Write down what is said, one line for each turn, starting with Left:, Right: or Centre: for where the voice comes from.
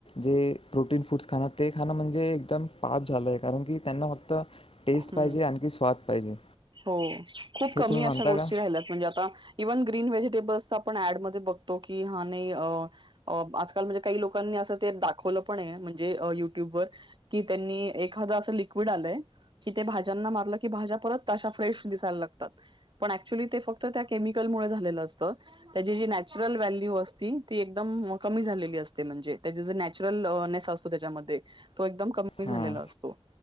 Left: जे प्रोटीन फूड्स खाणं ते खाणं म्हणजे एकदम पाप झालं आहे. कारण की त्यांना फक्त टेस्ट
Right: हं
Left: पाहिजे आणखी स्वाद पाहिजे
Right: हो, खूप
Left: हे
Right: कमी
Left: तुम्ही
Right: अशा
Left: मानता
Right: गोष्टी
Left: का
Right: राहिल्या म्हणजे आता इव्हन ग्रीन व्हेज बस पण ऍड मध्ये बघतो की हा नाही आज-काल म्हणजे काही लोकांनी अस दाखवलं पण म्हणजे युट्यूब वर की, त्यांनी एखाद्या लिक्विड आलंय कि ते भाज्यांना मारलं की भाज्या परत तशा फ्रेश दिस पण ऍक्च्युली ते फक्त त्या केमिकल मुळ झालेल असते त्याची जी नॅचरल व्हॅल्यू असते ती एकदम कमी झालेली असते, म्हणजे त्याचे जर नॅचरलनेस असतो त्याच्यामध्ये तो एकदम कमी झालेला
Left: हां
Right: असतो